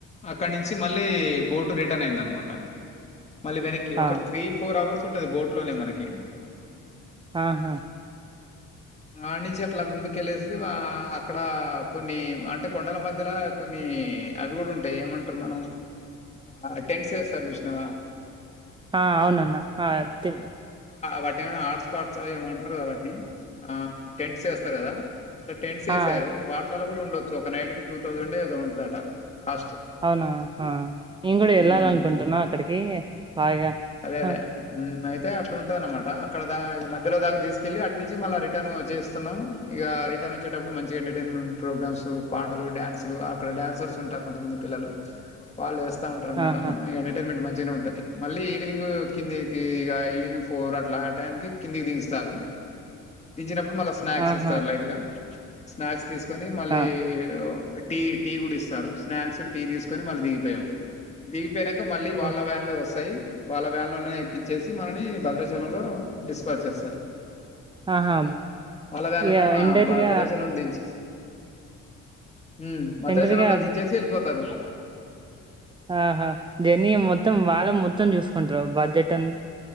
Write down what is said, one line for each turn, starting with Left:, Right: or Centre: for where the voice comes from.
Left: అక్కడ నుంచి మళ్ళీ బోటు రిటర్న్ అయిందనమాట మళ్ళీ వెనీక్ కీ ఒక
Right: ఆ!
Left: త్రీ ఫోర్ అవర్స్ ఉంటది బోట్ లోనే మనకి
Right: ఆహా
Left: అడ్ నుంచి అట్లా ముందుకెళ్ళేసి అక్కడ కొన్ని అంటే కొండల మధ్యల కొన్ని అవి కూడా ఉంటాయి ఏమంటారు మన ఆ టెంట్స్ ఎస్తారు చూసినవా
Right: ఆ అవునన్న తెల్
Left: వాటి ఏమనా హాట్స్పాట్స్ ఆ ఏమో అంటారుగా వాటిని టెంట్స్ ఎస్ స్తారు కదా అక్కడ టెంట్స్ ఎసారు
Right: ఆ
Left: వాట్ లల్ల కూడా ఉండొచ్చు ఒక నైట్ కి టూ థౌసండ్ ఏదో ఉంటదట కాస్ట్
Right: అవునా ఆ నేను కూడా వెళ్ళాలనుకుంటున్నా
Left: హ్మ్.
Right: అక్కడికి బాగా
Left: అదే అదే
Right: ఆ!
Left: అయితే అట్లా ఉంటందన్నమాట అక్కడ దా మధ్యలో దాకా తీసుకెళ్ళలి అటు నుంచి మళ్ళా రిటర్న్ చేస్తున్నాం ఇక రిటర్న్ వచ్చేటప్పుడు మంచిగా ఎంటర్టైన్మెంట్ ప్రోగ్రామ్స్ పాటలు డ్యాన్సులు అక్కడ డడాన్సర్స్ ఉంటారు కొంతమంది పిల్లలు వాళ్ళేస్తా ఉంటారనమాట
Right: ఆహా
Left: మనం ఎంటర్టైన్మెంట్ మంచిగానే ఉంటుది మళ్ళీ ఈవినింగ్ గ్ కిందికి ఇగా ఈవినింగ్ ఫోర్ అట్లా ఆ టాయానికి కిందికి దించుతాన్రూ దించినప్పుడు మళ్ళా స్నాక్స్
Right: ఆహా
Left: ఇస్తారు లైట్ గా స్నాక్స్ తీసుకొని మళ్ళీ
Right: ఆ
Left: టీ టీ కూడా ఇస్తారు స్నాక్స్ టీ తీసుకోని మళ్ళీ దిగిపోయాం దిగిపోయినాక మళ్ళీ వాళ్ళ
Right: ఓ
Left: వ్యాన్లే వస్తాయి వాళ్ళ వ్యాన్ల ఎక్కించేసి మనల్ని భద్రాచలంలో డిస్పాజ చేస్తారు
Right: ఆహా
Left: వాళ్ళ వన్లానే
Right: ఇగ ఎండరిగా
Left: బ భద్రాచలంలో దించి ఉ భద్రాచలం
Right: ఎండరిగా
Left: లో దించేసి వెళ్ళిపోతారు
Right: ఆహా జర్నీ మొత్తం వాళ్ళే మొత్తం చూసుకుంటారు బడ్జెట్ అం